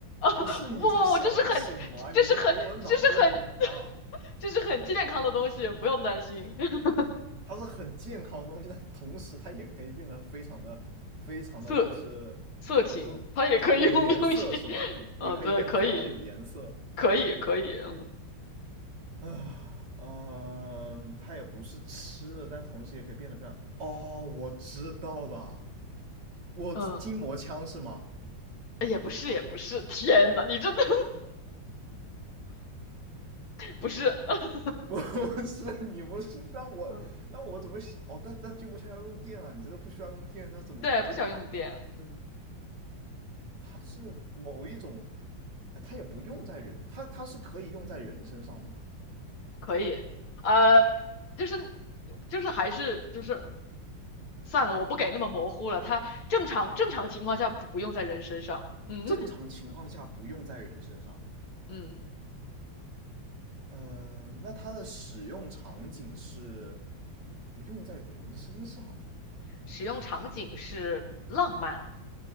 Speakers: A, on the right; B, on the left.
A: 不是你这想的什么啊你这给我脑洞很大。
B: <laughs> 不不不，这是很，这是很，这是很，<laughs> 这是很健康的东西，不用担心。<laughs>
A: 它是很健康的东西，但同时它也可以变得非常的、非常的，
B: 色
A: 就是就是
B: 色情，它也可以用用于，
A: 有颜色，是吧？
B: <laughs>
A: 也可以变得非常有颜色。
B: 嗯，对，可以，可以，可以，嗯
A: 啊，嗯，它也不是吃的，但同时也可以变得非常……哦，我知道了，我筋膜枪是吗？
B: 嗯，哎也不是，也不是，天呐，你真的 <laughs> 不是，<laughs>
A: <laughs> 不是，你不是，那我那我怎么写？
B: 嗯
A: 哦，但但筋膜枪要用电啊，你这个不需要用电，那怎么可能呢？
B: 对，不需要用电，嗯。
A: 它是某一种，哎它也不用在人，它它是可以用在人身上的嘛？
B: 可以，呃，就是就是还是就是算了，我不给那么模糊了。它正常正常情况下不不用在人身上，嗯
A: 正常情况下不用在人身上。
B: <laughs> 嗯，
A: 呃，那它的使用场景是不用在人身上，
B: 使用场景是浪漫、